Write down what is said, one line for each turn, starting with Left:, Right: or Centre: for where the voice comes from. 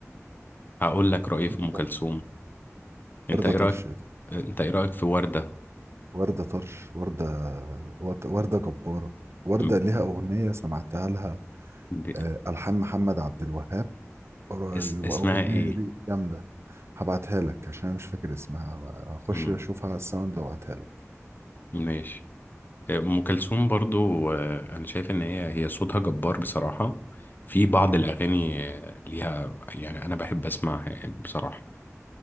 Left: هقول لك رأيي
Right: وردة
Left: في أم كلثوم
Right: وردة
Left: أنت إيه
Right: طرش
Left: رأيك أنت إيه رأيك في وردة
Right: وردة طرش وردة ورد- وردة جبارة وردة
Left: م-
Right: ليها اغنية سمعتها لها
Left: ب...
Right: آه، الحان محمد عبد الوهاب ر-
Left: اس...
Right: الاغنية
Left: اسمها إيه
Right: دي جامدة هبعتها لك عشان أنا مش فاكر اسمها هخش
Left: مم.
Right: اشوفها على الساوند وابعتها لك
Left: ماشي أم كلثوم برضو آه، أنا شايف إن هي هي صوتها جبار بصراحة في بعض
Right: امم
Left: الأغاني آه، ليها يعني أنا بحب أسمعها يعني بصراحة